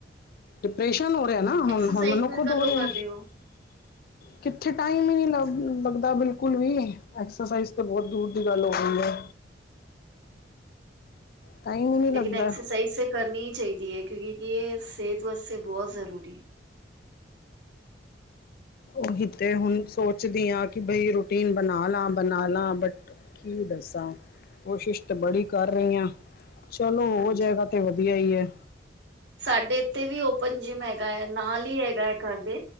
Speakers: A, on the left; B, on the right.
A: ਡਿਪ੍ਰੈਸ਼ਨ ਹੋ ਰਿਆ ਨਾ ਹੁਨ,
B: ਐਕਸਰਸਾਈਜ਼
A: ਹੁਨ ਮੈਨੂੰ
B: ਫਿਰ
A: ਖੁਦ
B: ਕਦੋਂ
A: ਹੋ ਰਿਹਾ।
B: ਕਰਦੇ ਹੋ
A: ਕਿੱਥੇ ਟਾਈਮ ਈ ਨੀ ਲਵ ਲਗਦਾ ਬਿਲਕੁਲ ਵੀ, ਐਕਸਸਾਈਜ਼ ਤੇ ਬੋਤ ਦੂਰ ਦੀ ਗੱਲ ਹੋ ਗਈ ਐ ਟਾਈਮ ਹੀ ਨਹੀਂ ਲੱਗਦਾ
B: ਲੇਕਿਨ ਐਕਸਸਾਈਜ਼ ਤੇ ਕਰਨੀ ਈ ਚਾਈਦੀ ਏ, ਕਿਉਂਕਿ ਕਿ ਏ ਸੇਤ ਵਾਸਤੇ ਬੋਤ ਜ਼ਰੂਰੀ ਏ।
A: ਓਹੀ ਤੇ, ਹੂਨ ਸੋਚਦੀ ਆਂ ਕਿ ਬਈ ਰੂਟੀਨ ਬਨਾ ਲਾ, ਬਨਾ ਲਾ ਬਟ ਕੀ ਦੱਸਾਂ, ਕੋਸ਼ਿਸ਼ ਤੇ ਬੜੀ ਕਰ ਰਈ ਆਂ ਚਲੋ,
B: ਹਾਂਜੀ
A: ਹੋ ਜੇਗਾ ਤੇ ਵਧੀਆ ਈ ਏ
B: ਸਾਡੇ ਇੱਥੇ ਵੀ ਓਪਨ ਜਿੰਮ ਹੈਗਾ ਐ, ਨਾਲ ਹੀ ਹੈਗਾ ਐ ਘਰ ਦੇ